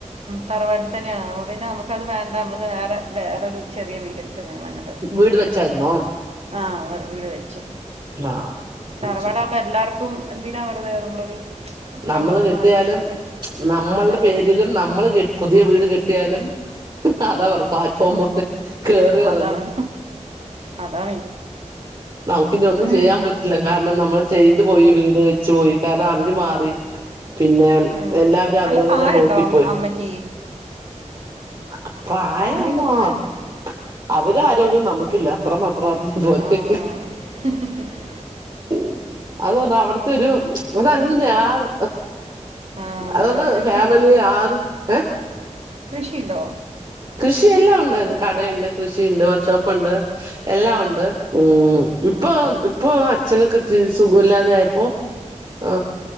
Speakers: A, on the right (about 55°); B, on the right (about 40°).
A: തറവാട്ട് തന്നെയാണ് പിന്നെ നമുക്കത് വേണ്ട നമ്മള് വേറെ വേറെരു ചെറിയ വീടെടുത്ത് ഞങ്ങളങ്ങോട്ട്
B: വീട്
A: മാറി
B: വെച്ചായിരുന്നോ
A: ആ വേറെ വീട് വെച്ചു
B: ആഹ്
A: തറവാടാവുമ്പോ
B: ശരി ശരി
A: എല്ലാർക്കും എന്തിനാ വെറുതെ നമ്മളൊരു നമുക്കാകുമ്പോൾ
B: നമ്മള് കെട്ടിയാലും
A: മാറിക്കഴിഞ്ഞാൽ
B: നമ്മള്ടെ
A: അതെ
B: പേരിലും നമ്മള് കെ പുതിയ വീട് കെട്ടിയാലും അതാ വർ പ്ലാറ്റ്ഫോം
A: ആ,
B: പോലെ കേറി
A: അതാണ്
B: എറങ്ങും
A: അതാണ്
B: നമുക്കിനി ഒന്നും
A: ഉം,
B: ചെയ്യാൻ പറ്റ് ല്ല കാരണം നമ്മള് ചെയ്തു പോയി വീട് വെച്ച് പോയി കാരണം അവര് മാറി പിന്നെ
A: ഉം.
B: എല്ലാവരും
A: നല്ല
B: അവരവരെ
A: പ്രായമുണ്ടോ
B: നോക്കിപ്പോയി
A: അമ്മ- അമ്മയ്ക്ക്
B: അ പ്യായൊന്നും
A: അമ്മയ്ക്കൊക്കെ പ്രായമുണ്ടോ
B: ഒന്നും ആഹ് അവരെ ആരോഗ്യം നമുക്കില്ല അത്ര മാത്രം അറിഞ്ഞാ
A: ആ,
B: പോരെ
A: ആ, <unintelligible>
B: ഉം അത് പറഞ്ഞാ അവിടുത്തെരു അത് അങ്ങനെയാണ്
A: ആ,
B: അതുകൊണ്ട്
A: അതെ അതെ
B: ഫാമിലി ആരും ഏഹ്
A: കൃഷി ണ്ടൊ
B: കൃഷിയെല്ലാം ഒണ്ട് ന്ന് കടയുണ്ട് കൃഷിയുണ്ട് വർഷോപ്പ് ണ്ട് എല്ലാം ഒണ്ട് ഉം ഇപ്പൊ
A: ഉം.
B: ഇപ്പൊ അച്ഛനൊക്കെച്ചിരി സുഖുല്ലാതെ ആയപ്പോ ആ